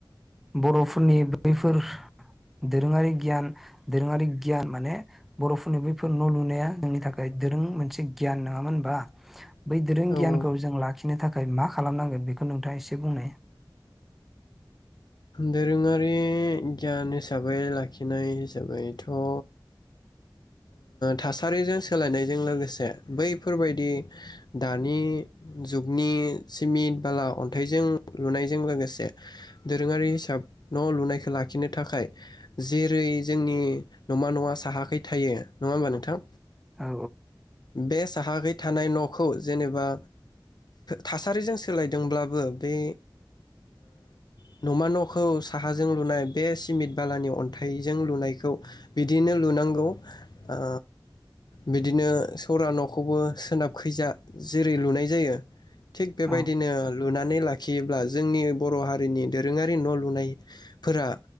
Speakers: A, in the centre; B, on the left.
A: बर'फोरनि बैफोर दोरोङारि गियान दोरोङारि गियान माने बर'फोरनि बैफोर न' लुनाया जोंनि था खाय दोरों मोनसे गियान नङामोन होमबा बै दोरों
B: औ
A: गियानखौ
B: औ
A: जों ला खिनो थाखाय मा खालामनांगोन बेखौ नोंथाङा एसे बुंनाय
B: दोरोङारि गियान हिसाबै लाखिनाय हिसाबैथ' ओ थासारिजों सोलायनायजों लोगोसे बैफोरबायदि दानि जुगनि सिमिट बाला अन्थाइजों लुनायजों लोगोसे दोरोङारि हिसाब न' लुनायखौ लाखिनो थाखाय जेरै जोंनि नमा नङा साहाखै थायो नङा होमबा नोंथां?
A: औ
B: बे साहाखै थानाय न'खौ जेनेबा थासारिजों सोलायदोंब्लाबो बे ओ न'मा न'खौ साहाजों लुनाय बे सिमिट बालानि अन्थाइजों लुनायखौ बिदिनो लुनांगौ ओ बिदिनो सरा न'खौबो सोनाबखैजा जेरै लुनाय जायो थिग बेबायदिनो
A: औ
B: लुनानै ला खियोब्ला जोंनि बर' हारिनि दोरोङारि न' लुनायफोरा